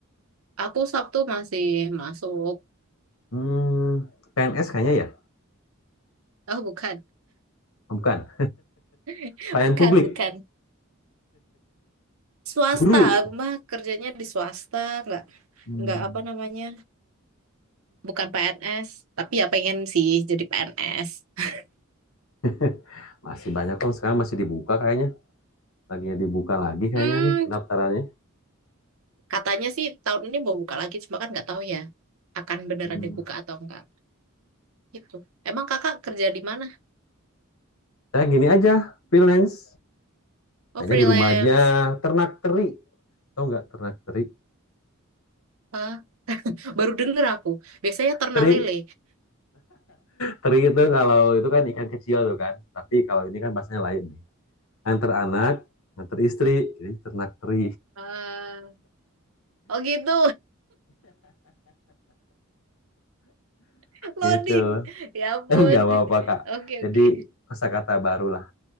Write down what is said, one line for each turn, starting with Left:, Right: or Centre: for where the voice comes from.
Right: Aku Sabtu masih masuk.
Left: Hmm, PNS kayaknya ya?
Right: Oh bukan,
Left: Oh, bukan.
Right: <laughs>
Left: Pelayan
Right: bukan,
Left: publik,
Right: bukan. Swasta.
Left: guru.
Right: Aku mah kerjanya di swasta. Nggak,
Left: Hmm.
Right: nggak apa namanya. Bukan PNS. Tapi ya pengen sih jadi PNS. <laughs>
Left: <laughs> Masih banyak kok sekarang masih dibuka kayaknya. Lagi dibuka lagi kayaknya
Right: Hmm,
Left: nih pendaftarannya.
Right: Katanya sih tahun ini mau buka lagi, cuma kan nggak tahu ya akan beneran
Left: Hmm.
Right: dibuka atau enggak. Gitu. Emang kakak kerja di mana?
Left: Saya gini aja, freelance. Kayaknya
Right: Oh freelance.
Left: di rumah aja, ternak teri. Tahu nggak ternak teri?
Right: Ah, baru denger aku. Biasanya ternak
Left: Teri,
Right: lele.
Left: teri itu kalau itu kan ikan kecil tuh kan. Tapi kalau ini kan bahasanya lain nih. Antar anak, antar istri, jadi ternak teri
Right: Ah, oh gitu, <laughs> loading.
Left: gitu.
Right: Ya ampun.
Left: <laughs> Nggak apa-apa kak.
Right: Oke
Left: Jadi
Right: oke.
Left: kosakata baru lah